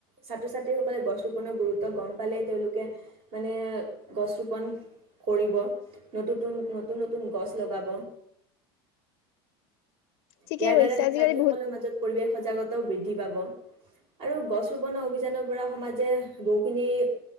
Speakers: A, on the right; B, on the left.
A: ছাত্ৰ ছাত্ৰীসকলে গছ ৰোপনৰ গুৰুত্ব গম পালেই তেওঁলোকে মানে গছ ৰোপন কৰিব ন নতুন নতুন গছ লগাব।
B: ঠিকে
A: ইয়াৰ দ্বাৰা
B: কৈছে
A: শিক্ষাৰ্থীসকলৰ
B: আজিকালি বহুত
A: মাজত পৰিৱেশ সজাগতাও বৃদ্ধি পাব, আৰু গছ ৰোপনৰ অভিযানৰ পৰা সমাজে বহুখিনি